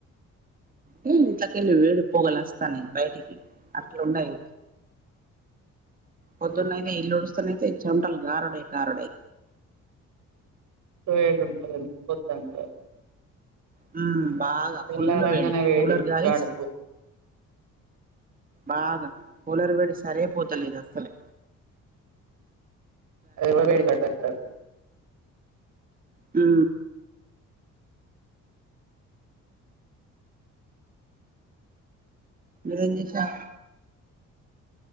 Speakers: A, on the right; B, on the right.
A: ఏ ఇంట్లోకెళ్లి వేడి పోగలు వస్తాన్నాయి బయటికి అట్లున్నాయి పొద్దున్నయితే ఇల్లుడుస్తానైతే చెమటలు కారుడే కారుడే
B: వేడుంటాది పొద్దంట
A: హు బాగా
B: తెల్లారంగానే
A: ఫుల్ వేడి కూలర్ గ్యారస్
B: గడుపు
A: బాగా కూలర్ వేడి సరే పోతలేద్ అసలే
B: అదే వ వేడి కట్ట
A: హు మీరెమ్ చేసారు